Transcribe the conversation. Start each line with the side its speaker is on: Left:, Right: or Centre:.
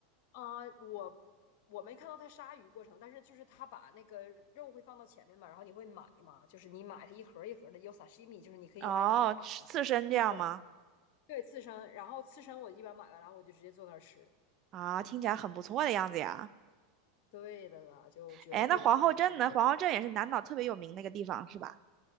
Left: 啊、我我没看到他杀鱼过程，但是就是他把那个肉会放到前面嘛，然后你会买嘛，就是你买它一盒一盒的，有 sashimi，就是你可以按盒买的嘛
Right: 哦，吃刺身这样吗？
Left: 对对，刺身，然后刺身我一般买完了我就直接坐那儿吃。
Right: 啊，听起来很不错的样子呀。
Left: 对的，就觉得非常非常推荐。
Right: 哎，那皇后镇呢？皇后镇也是南岛特别有名那个地方，是吧？